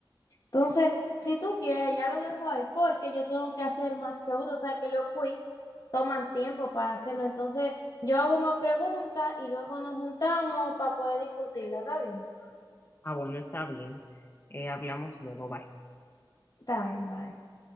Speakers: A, on the left; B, on the left.
A: Entonces, si tú quieres, ya lo dejo ahí porque yo tengo que hacer más preguntas. O sea, que los quiz toman tiempo para hacerlo. Entonces, yo hago más preguntas y luego nos juntamos para poder discutirla. ¿Está bien?
B: Ah, bueno, está bien. Eh, hablamos luego. Bye.
A: Está bien, bye.